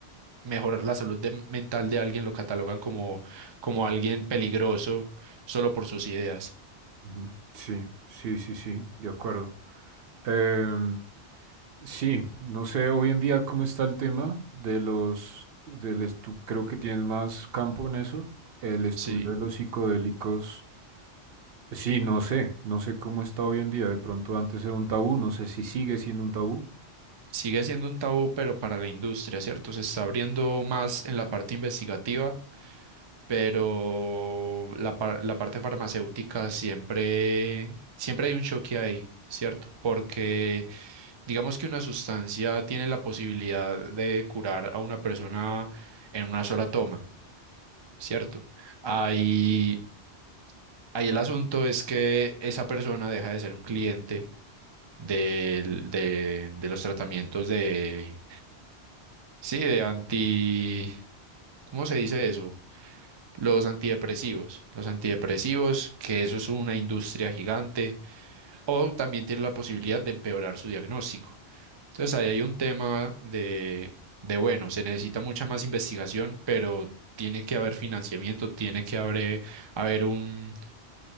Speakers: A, on the right; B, on the right.
A: mejorar la salud de- mental de alguien lo catalogan como, como alguien peligroso solo por sus ideas.
B: Ujú. Sí, sí, sí, sí, de acuerdo. Em, sí, no sé hoy en día cómo está el tema de los, del estu- creo que tienes más campo en eso, el estudio
A: Sí,
B: de los psicodélicos. Sí, no sé, no sé cómo está hoy en día. De pronto antes era un tabú, no sé si sigue siendo un tabú.
A: sigue siendo un tabú, pero para la industria, ¿cierto? Se está abriendo más en la parte investigativa, pero la, par- la parte farmacéutica siempre, siempre hay un choque ahí, ¿cierto? Porque Digamos que una sustancia tiene la posibilidad de curar a una persona en una sola toma, ¿cierto? Ahí, ahí el asunto es que esa persona deja de ser un cliente del- de, de los tratamientos de, sí, de anti, ¿cómo se dice eso? Los antidepresivos. Los antidepresivos, que eso es una industria gigante o también tiene la posibilidad de empeorar su diagnóstico. Entonces ahí hay un tema de, de, bueno, se necesita mucha más investigación, pero tiene que haber financiamiento, tiene que haber, haber un,